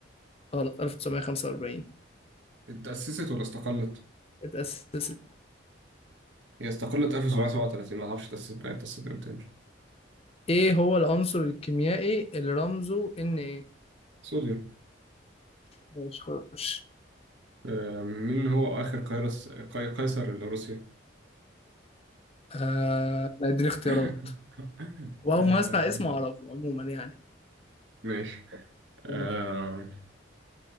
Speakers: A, on the left (about 30°); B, on the right (about 70°).
A: غلط 1945
B: اتأسست ولا استقلت؟
A: اتأسست
B: هي استقلت 1737 ما اعرفش تأسست بقى تأسست امتى
A: إيه هو العنصر الكيميائي اللي رمزه إن إيه؟
B: صوديوم
A: ماشي خش
B: آه، مين هو آخر قيرس قي- قيصر لروسيا
A: آه لا، اديني اختيارات
B: <laughs>
A: وأول
B: آه،
A: ما أسمع اسمه أعرفه عموما يعني
B: ماشي آه،
A: قول.